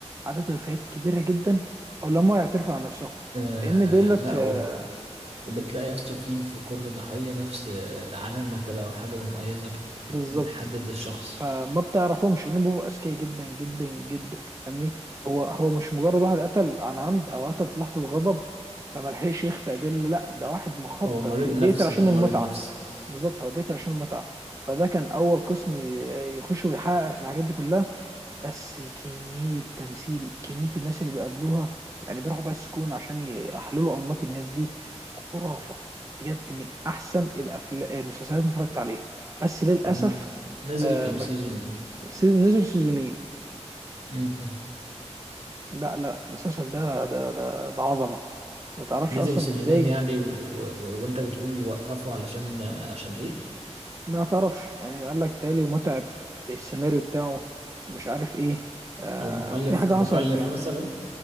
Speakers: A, on the right; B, on the right.
A: عدد وفيات كبيره جدا او لما يعترفوا عن نفسهم
B: آه
A: لان دولت
B: لا
A: آه،
B: و- وبتلاقي يا اسطى في في كل ضحية نفس آه، علامة كده أو حاجة مميزة بت
A: بالظبط
B: بت بتحدد الشخص
A: فما بتعرفهمش لأنهم بيبقوا اذكياء جدا جدا جدا فاهمني هو هو مش مجرد واحد قتل عن عمد او قتل في لحظه غضب فما لحقش يخفي ادله لا ده واحد مخطط
B: هو مريض
A: بي- بيقتل
B: نفسي
A: عشان
B: هو
A: المتعه
B: مريض نفسي
A: بالظبط هو بيقتل عشان المتعه فده كان اول قسم ي- يخش ويحقق في الحاجات دي كلها بس كميه تمثيل كميه الناس اللي بيقابلوها يعني بيروحوا بقى السجون عشان يحللوا انماط الناس دي خرافه بجد من احسن الافلام المسلسلات اللي اتفرجت عليها بس للاسف
B: طب نزل
A: آه،
B: كام
A: ما
B: سيزون
A: سيزن نزل سيزونين
B: مم.
A: لا لا المسلسل ده ده ده ده عظمة ما تعرفش
B: نزل
A: أصلا
B: سيزونين
A: إزاي
B: يعني و... و... وانت بتقول وقفوا علشان عشان ايه
A: ما تعرفش يعني قال لك تالي متعب في السيناريو بتاعه مش عارف إيه آه
B: او مكلف
A: في حاجة
B: مكلف
A: حصلت يعني
B: مثلا